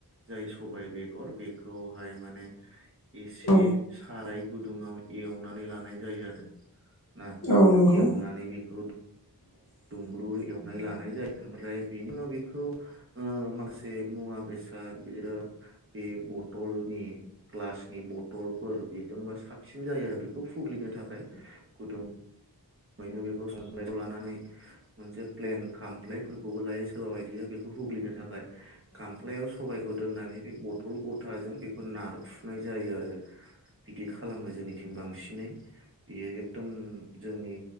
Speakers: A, on the right; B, on the left.
A: जाय सबाय बेगर बेखौहाय माने एसे
B: औ
A: साराय गुदुङाव एवनानै लानाय जायो आरो। ना
B: औ नंगौ
A: एवनानै बेखौ
B: <inaudible>
A: दुंब्रुर एवनाय लानाय जायो ओमफ्राय बेनि उनाव बेखौ ओ माखासे मुवा बेसाद गिदिर। ओ बे बथलनि ग्लासनि बथलफोर बेजोंबा साबसिन जायो आरो। बेखौ फुग्लिनो थाखाय गुदुं बायनो बेखौ <unintelligible> लानानै मोनसे प्लेन खामफ्लायफोरखौबो लायो सोरबा बायदिया बेखौ हुग्लिनो थाखाय खामफ्लायाव स सबायखौ दोन्नानै बे बथल गथाजों बेखौ नारफुनाय जायो आरो बिदि खालामो जोंनिथिं बांसिनै बियो एकदम जोंनि